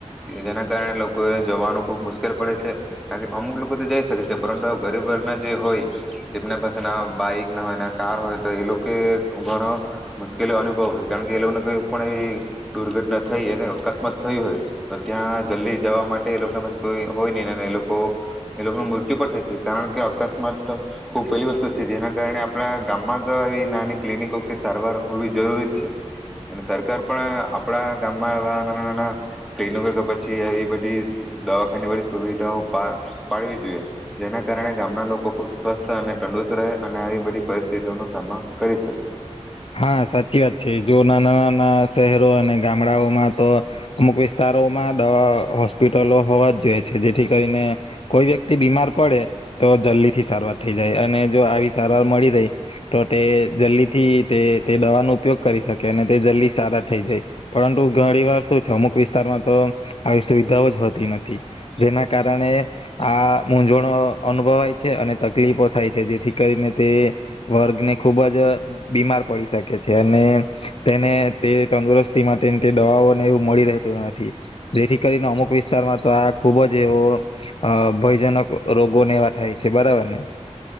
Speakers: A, in the centre; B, on the left.
A: જેના કારણે લોકોને જોવાનું ખુબ મુશ્કેલ પડે છે કારણ કે અમુક લોકો તો જઈ શકે છે પરંતુ ગરીબ વર્ગના જે હોય તેમના પાસે ના બાઈક હોય કાર હોય તો એ લોકો ઘણો મુશ્કેલી અનુભવ છે કારણ કે એ લોકોને કઈ પણ એવી દુર્ઘટના થઈ અને અકસ્માત થય હોય તો ત્યાં જલ્દી જવા માટે એ લોકોના પાસે કોઈ હોય નહીં એ લોકો એ લોકોનું મૃત્યુ પણ થઈ છે કારણ કે અકસ્માત ખૂબ પહેલી વસ્તુ છે જેના કારણે આપણા ગામમાં તો આવી નાની ક્લિનિકો કે સારવાર હોવી જરૂરી જ છે અને સરકાર પણ આપણા ગામમાં એવા નાના નાના ક્લિનિકો કે પછી એ બધી દવાખાની બધી સુવિધાઓ પાડવી જોઈએ જેના કારણે ગામના લોકો ખૂબ સ્વસ્થ અને તંદડુસ્ત રહે અને આવી બધી પરિસ્થિતિઓનો સામનો કરી શકે
B: હા સાચી વાત છે જો નાના નાના શહેરો અને ગામડાઓમાં તો અમુક વિસ્તારોમાં દવા હોસ્પિટલો હોવા જ જોઈએ છે જેથી કરીને કોઈ વ્યક્તિ બીમાર પડે તો જલ્દી થી સારવાર થઈ જાય અને જો આવી સારવાર મળી રહી તો તે જલ્દીથી તે તે દવાનો ઉપયોગ કરી શકે અને તે જલ્દી સારા થઈ જાય પરંતુ ઘણી વાર શું છે અમુક વિસ્તારમાં તો આવી સુવિધાઓ જ હોતી નથી જેના કારણે આ મૂઝવણો અનુભવાય છે અને તકલીફો થાય છે જેથી કરીને તે વર્ગને ખૂબ જ બીમાર પડી શકે છે અને તેને તે તંદુરસ્તી માટે તે દવાઓને એવું મળી રહેતું નથી જેથી કરીને અમુક વિસ્તારમાં તો આ ખુબ જ એવો ભયજનક રોગોને એવા થાય છે બરાબર ને